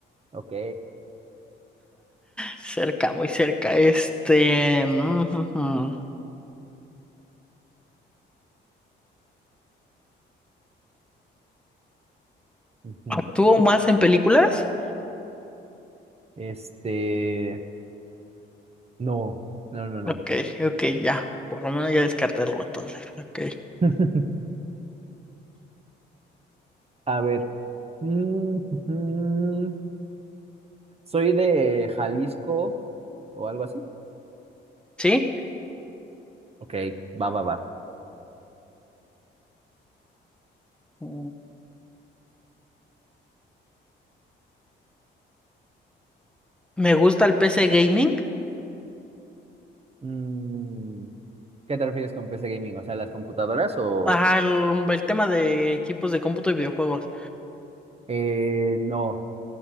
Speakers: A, on the right; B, in the centre.
A: Ok.
B: cerca, muy cerca. Este, mm,
A: ujú.
B: <laughs> ¿actúo más en películas?
A: Este, no, no, no, no.
B: Ok, ok, ya. Por lo menos ya descartarlo entonces. Ok.
A: <laughs> A ver. Mm, Soy de Jalisco o algo así.
B: ¿Sí?
A: Ok, va, va, va.
B: Mm, Me gusta el PC gaming.
A: Mm, ¿qué te refieres con PC gaming? O sea, las computadoras o
B: Ajá, el, el tema de equipos de cómputo y videojuegos.
A: eh, no.